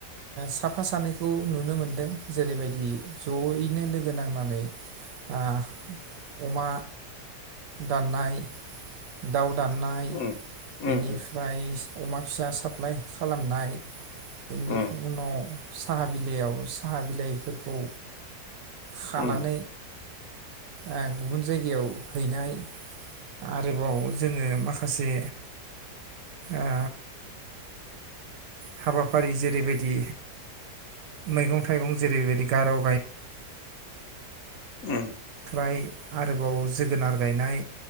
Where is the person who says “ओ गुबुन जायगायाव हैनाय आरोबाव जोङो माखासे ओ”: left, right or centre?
Right